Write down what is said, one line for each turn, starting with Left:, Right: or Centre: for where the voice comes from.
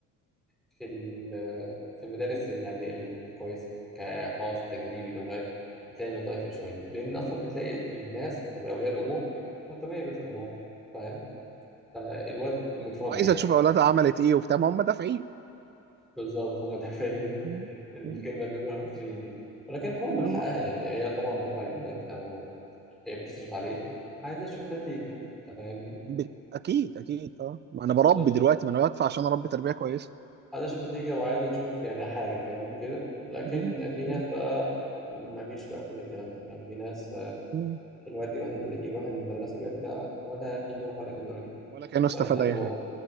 Centre: في ال- في المدارس يعني الكويسه كخاص تجريبي لغات بتلاقي الموضوع يفرق شويه لان اصلا بتلاقي الناس او اولياء الامور مهتميه بالطلاب فاهم فالواد متربي
Right: عايزه
Centre: يعني
Right: تشوف اولادها عملت ايه وبتاع ما هم دافعين
Centre: بالظبط هم دافعين
Right: مم.
Centre: <laughs> الكلمه
Right: مم.
Centre: بيقولوها المصريين دي ولكن طبعا
Right: بالظبط
Centre: من حقها يعني هي طبعا دافعه للواد او هي بتصرف عليه عايزه تشوف نتيجه انت فاهمني
Right: ب- اكيد اكيد اه ما انا بربي
Centre: بالظبط
Right: دلوقتي ما انا بدفع عشان اربي تربيه كويسه
Centre: عايز اشوف نتيجة وعايز اشوف يعني حاجة فاهمني كده لكن
Right: مم.
Centre: في
Right: مم.
Centre: ناس بقى مفيش بقى كل الكلام ده يعني في ناس آه،
Right: مم.
Centre: الواد يروح ال- يروح المدرسة ويرجع ولا كأنه راح ولا كأنه رجع
Right: ولا كانه استفاد
Centre: ولا اسأله
Right: اي حاجه